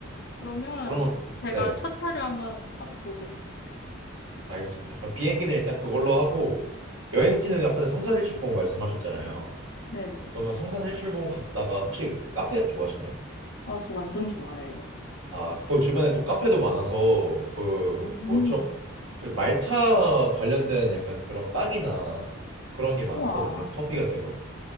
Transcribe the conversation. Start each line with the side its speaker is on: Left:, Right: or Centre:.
Left: 그러면
Right: 그러면
Left: 제가
Right: 네,
Left: 첫 차를 한번 타보고 오겠습니다.
Right: 알겠습니다. 그럼 비행기는 일단 그걸로 하고 여행지는 약간 성산일출봉 말씀하셨잖아요.
Left: 네네.
Right: 그러면 성산일출봉 갔다가 혹시 카페 좋아하시나요?
Left: 아, 저 완전 좋아해요.
Right: 아, 거기 주변에 또 카페도 많아서 그
Left: 음,
Right: 뭐죠? 그 말차 관련된 약간 그런 빵이나 그런 게 많거든요.
Left: 우와.
Right: 커피 같은 거.